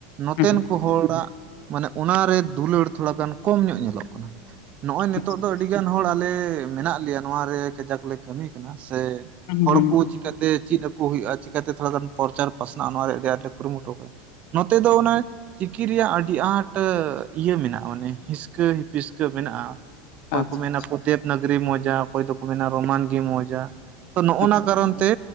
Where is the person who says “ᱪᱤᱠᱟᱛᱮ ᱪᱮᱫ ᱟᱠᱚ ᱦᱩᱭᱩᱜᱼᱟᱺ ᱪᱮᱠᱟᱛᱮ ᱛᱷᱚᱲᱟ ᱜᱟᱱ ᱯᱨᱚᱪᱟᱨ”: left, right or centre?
Right